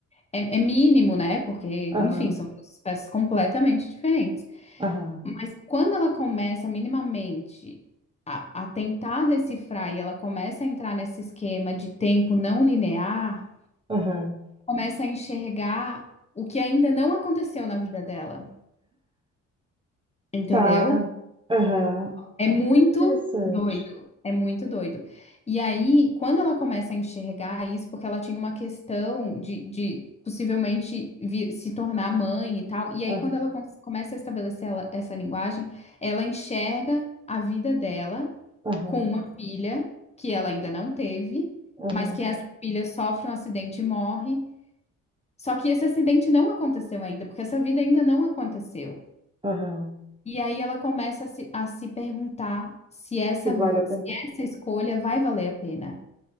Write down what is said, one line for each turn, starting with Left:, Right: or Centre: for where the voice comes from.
Left: é, é mínimo, né? Porque,
Right: Aham,
Left: enfim, são duas espécies completamente diferentes.
Right: aham,
Left: Mas quando ela começa minimamente a, a tentar decifrar e ela começa a entrar nesse esquema de tempo não linear,
Right: aham.
Left: começa a enxergar o que ainda não aconteceu na vida dela, entendeu?
Right: Tá. Aham.
Left: É muito
Right: Interessante.
Left: doido, é muito doido. E aí, quando ela começa a enxergar isso, porque ela tinha uma questão de, de possivelmente vi- se tornar mãe e tal, e aí
Right: Aham,
Left: quando ela com- começa a estabelecer ela- essa linguagem, ela enxerga a vida dela
Right: aham,
Left: com uma filha que ela ainda não teve,
Right: aham,
Left: mas que essa filha sofre um acidente e morre. Só que esse acidente não aconteceu ainda, porque essa vida ainda não aconteceu.
Right: aham.
Left: E aí ela começa a se, a se perguntar se essa,
Right: Se vale a
Left: se
Right: pena.
Left: essa escolha vai valer a pena,